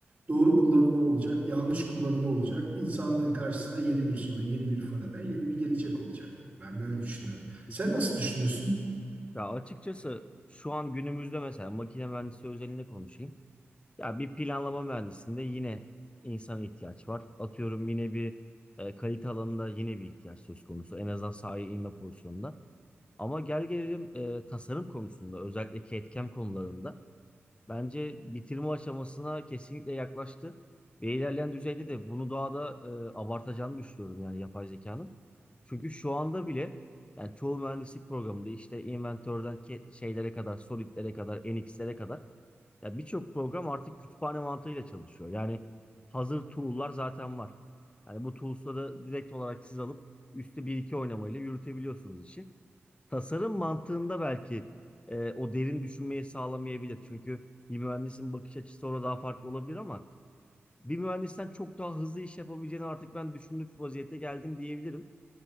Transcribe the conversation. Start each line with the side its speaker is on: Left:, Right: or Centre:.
Right: Doğru kullanımı olacak, yanlış kullanımı olacak. İnsanlığın karşısına yeni bir sorun, yeni bir fenomen, yeni bir gelecek olacak. Ben böyle düşünüyorum.
Left: Kesinlikle.
Right: Sen nasıl düşünüyorsun?
Left: Ya açıkçası şu an günümüzde mesela makine mühendisliği özelinde konuşayım. Ya bir planlama mühendisinde yine insana ihtiyaç var. Atıyorum yine bir e, kalite alanında yine bir ihtiyaç söz konusu. En azından sahaya inme pozisyonunda. Ama gel gelelim e, tasarım konusunda özellikle CAD/CAM konularında bence bitirme aşamasına kesinlikle yaklaştı. Ve ilerleyen düzeyde de bunu daha da e, abartacağını düşünüyorum yani yapay zekanın. Çünkü şu anda bile yani çoğu mühendislik programında işte inventörden ke- şeylere kadar, solidlere kadar, NX'lere kadar ya birçok program artık kütüphane mantığıyla çalışıyor. Yani hazır tool'lar zaten var. Yani bu tools'ları direkt olarak siz alıp üstü bir iki oynamayla yürütebiliyorsunuz işi. Tasarım mantığında belki e, o derin düşünmeyi sağlamayabilir. Çünkü bir mühendisin bakış açısı orada daha farklı olabilir ama bir mühendisten çok daha hızlı iş yapabileceğini artık ben düşündüğüm vaziyette geldim diyebilirim.